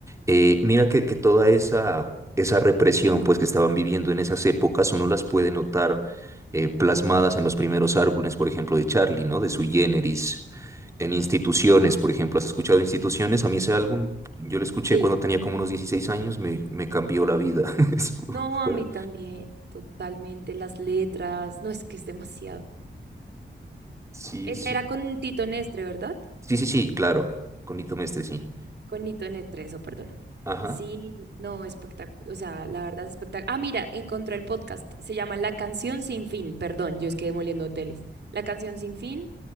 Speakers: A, on the right; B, on the right.
A: Eh, mira que, que toda esa, esa represión pues, que estaban viviendo en esas épocas, uno las puede notar eh, plasmadas en los primeros álbumes, por ejemplo, de Charlie, ¿no? De Sui Generis, en Instituciones, por ejemplo. ¿Has escuchado Instituciones? A mí ese álbum, yo lo escuché
B: Sí.
A: cuando tenía como unos 16 años, me, me cambió la vida. <laughs> Eso
B: No, a
A: fue-
B: mí también, totalmente. Las letras, no, es que es demasiado.
A: Sí,
B: Esa
A: sí.
B: era con Tito Nestre, ¿verdad?
A: Sí, sí, sí, claro. Con Nito Mestre, sí.
B: Con Tito Nestre, eso, perdón.
A: Ajá.
B: Sí, no, espectacular. O sea, la verdad es espectacular. Ah, mira, encontré el podcast. Se llama La Canción Sin Fin. Perdón, yo es que demoliendo hoteles. La Canción Sin Fin.